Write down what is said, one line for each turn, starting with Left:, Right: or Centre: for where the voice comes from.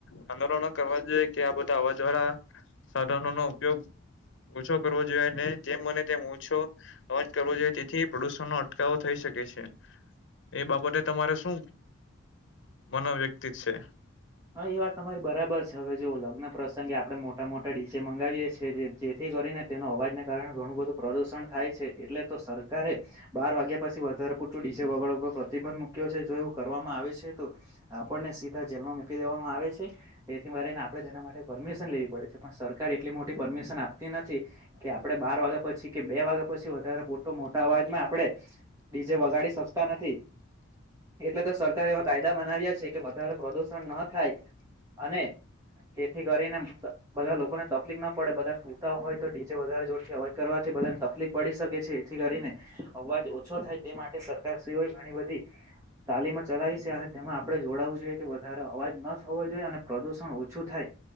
Left: આંદોલનો કરવા જોઈએ કે આ બધા અવાજ વાળા સાધનો નો ઉપયોગ ઓછો કરવો જોઈએને જેમ મને તેમ ઓછો અવાજ કરવો જોઈએ તેથી પ્રદુષણ નો અટકાવો થાય થઈ શકે છે એ બાબતે તમારે શું મનોવ્યક્તિત છે
Right: હા એ વાત તમારી બરાબર. હવે જો લગ્ન પ્રસંગે આપડે મોટા મોટા ડીજે મંગાવીએ છી જેથી કરીને તેનો અવાજને કારણે ઘણું બધું પ્રદુષણ થાય છે એટલે તો સરકારે બાર વાગ્યા પછી વધારે પૂરતુ જે વગડ ઉપર પ્રતિબંધ મૂક્યો છે જો એવું કરવામાં આવે છે તો આપણને સીધા જેલમાં મૂકી દેવામાં આવે છે એથીને આપડે તેના માટે પરમિશન લેવી પડે છે પણ સરકાર એટલી મોટી પરમિશન આપતી નથી કે આપડે બાર વાગ્યા પછી કે બે વાગ્યા પછી વધારે પોટ મોટા અવાજમાં આપડણે ડીજે વગાડી શક તા નથી એટલે તો સરકારે એવા કાયદા બનાવ્યા છે કે વધારે પ્રદુષણ ન થાય અને તેથી કરીને બધા લોકોને તકલીફ ના પડે બધા સૂતા હોય તો ડીજે વધારે જોરથી અવાજ કરવાથી બ તકલીફ પડી શકે છે એથી કરીને અવાજ ઓછો થાય તે માટે સર હોય ઘણી બધી તાલીમ ચલાવી છે અને તેમાં આપડે જોડાવું જોઈએ કે વધારે અવાજ ન થવો જોઈએ અને પ્રદુષણ ઓછું થાય